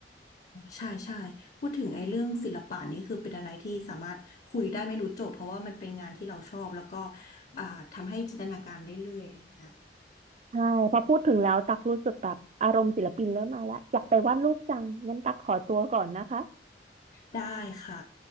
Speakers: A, on the left; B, on the right.
A: ใช่ใช่พูดถึงไอ้เรื่องศิลปะนี่คือเป็นอะไรที่สามารถคุยได้ไม่รู้จบเพราะว่ามันเป็นงานที่เราชอบแล้วก็อ่าทำให้จินตนาการได้เรื่อยอะไรเงี้ย
B: ใช่พอพูดถึงแล้วตักรู้สึกแบบอารมณ์ศิลปินเริ่มมาแล้วอยากไปวาดรูปจังงั้นตักขอตัวก่อนนะคะ
A: ได้ค่ะ